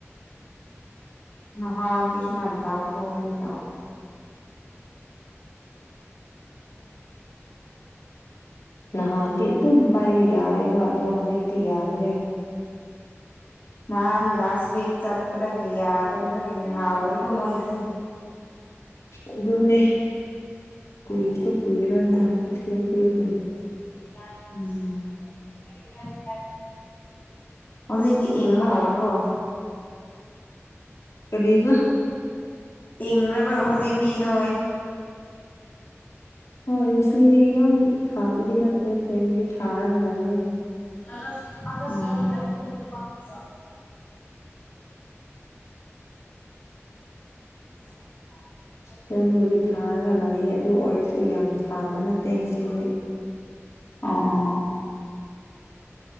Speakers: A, on the left (about 40°); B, on the left (about 75°).
A: ꯍꯥ ꯑꯗꯤꯁ ꯃꯥ ꯏꯟ ꯇꯥꯎꯗꯕꯗ ꯇ
B: <inaudible> ꯅꯍꯥꯟꯗꯤ ꯑꯗꯨꯝ ꯄꯥꯏꯕ ꯌꯥꯏꯕ ꯑꯗꯣ ꯍꯧꯖꯤꯛꯇꯤ ꯌꯥꯗ꯭ꯔꯦ
A: ꯅꯍꯥꯟ ꯂꯥꯁ ꯋꯤꯛ ꯆꯠꯄꯗꯒꯤ ꯌꯥꯗꯕꯗꯒꯤ ꯍꯥꯎꯔꯦꯀꯣ ꯃꯣꯏꯒꯤꯁꯦ
B: ꯑꯗꯨꯅꯦ ꯀꯨꯏꯁꯨ ꯀꯨꯏꯔꯣꯏꯅ ꯉꯁꯤ ꯑꯗꯨꯏꯒꯤ
A: <inaudible> ꯍꯧꯖꯤꯛꯇꯤ ꯏꯪꯕ ꯍꯧꯎꯔꯕꯣ
B: ꯀꯔꯤꯕ
A: ꯏꯪꯂꯕ ꯍꯧꯖꯤꯛꯗꯤ ꯅꯣꯏ
B: ꯍꯣꯏ ꯉꯁꯤꯗꯤ ꯌꯥꯝ ꯁꯥꯕꯗꯤ ꯅꯠꯇꯦ ꯐꯦꯟꯗꯤ ꯊꯥꯔꯒ ꯂꯩꯌꯦ
A: <unintelligible> <inaudible>
B: ꯁꯦꯟꯕꯨꯗꯤ ꯊꯥꯔꯒ ꯂꯩꯌꯦ ꯑꯗꯨ ꯑꯣꯏꯔꯁꯨ ꯌꯥꯝ ꯁꯥꯕ ꯅꯠꯇꯦ ꯉꯁꯤꯒꯤꯗꯤ
A: ꯑꯣ